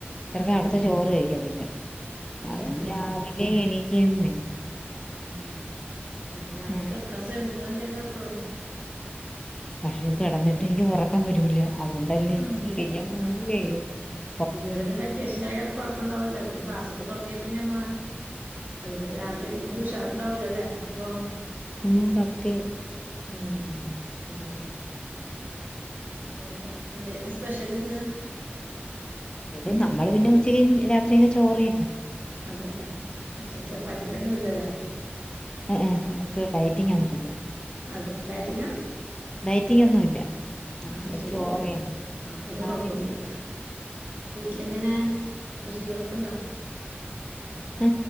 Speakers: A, on the left; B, on the right.
A: ചെറുക്ക
B: ആഹ് ആഹ്
A: അവിടുത്തെ ചോറ് കഴിക്കത്തില്ല.
B: അതെ
A: അതൊണ്ട്
B: അതെ
A: രാവിലെ
B: അതെ
A: എണീക്കം വേണം
B: ആ അപ്പൊ നേരത്തെ
A: ഉം
B: കെടുക്കാൻ ശ്രമിക്കണം ന്തായാലും എപ്പോഴും.
A: പക്ഷെ കിടന്നിട്ട് എനിക്ക് ഉറക്കം വരൂില്ല. അങ്ങോണ്ടല്ലേ
B: ഉം
A: തിരിഞ്ഞം <unintelligible>
B: ആഹ് ഇതുവരെ പിന്നെ വെക്കേഷന ആായ കാരണം കുഴപ്പംണ്ടാവില്ല. പിന്നേ ക്ലാസൊക്കെ തുടങ്ങിയ പിന്നെ മ്മ അതിന്റെ രാവിലെ എടുക്കുമ്പോൾ ഉഷാറുണ്ടാവുലല്ലേ അപ്പൊ?
A: ഹും സത്യം
B: ഉം ആഹ് ശരി. അങ്ങനെ എതെന്ന് സ്പെഷ്യല്ന്ന്.
A: ഇത് നമ്മള് പിന്നെ ഉച്ചക്ക് രാത്രിയില് ചോറെയില്ല.
B: അതല്ലേ അഹ്ശെരി ചപ്പാത്തി പണിന്നും ഇല്ലല്ലേ?
A: ഹെ ഹെ നമുക്ക് ഡയറ്റിംഗ് ഒന്നുംല്ല
B: അത് ഡെയ്റ്റിംങ്ങ
A: ഡയറ്റിങ്ങോന്നുംല്ല നമ്മെ
B: അത് ശരി
A: ചോറനെ
B: ആഹ് അപ്പൊ പിന്നെ
A: രാവില്
B: കൊഴപ്പൊന്നുല്ല വീട്ടിലിങ്ങനെ കൃഷികളൊക്ക ഇണ്ടാ.
A: ആ